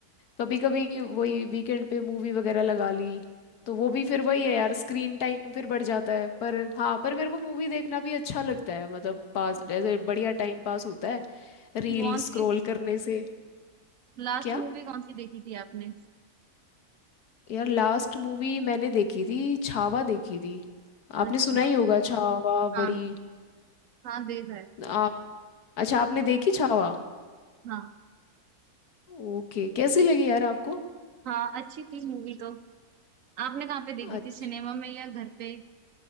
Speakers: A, on the left; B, on the right.
A: कभी कभी वही वीकेंड पे मूवी वगैरह लगा ली तो वो भी फिर वही है यार स्क्रीन टाइम फिर बढ़ जाता है पर हाँ पर मेरे को मूवी देखना भी अच्छा लगता है मतलब पास ऐसे बढ़िया टाइम पास होता
B: अच्छा
A: है रील
B: कौन
A: स्क्रॉल
B: सी
A: करने से
B: लास्ट
A: क्या
B: मूवी कौन सी देखी थी आपने
A: यार लास्ट मूवी मैंने देखी थी छावा देखी थी आपने
B: अच्छा
A: सुना ही होगा छावा
B: हाँ
A: बड़ी
B: हाँ देखा है
A: आप अच्छा आपने देखी छावा
B: हाँ
A: ओके कैसी लगी यार आपको
B: हाँ अच्छी थी मूवी तो आपने कहाँ पे देखी
A: अच्छा
B: थी सिनेमा में या घर पे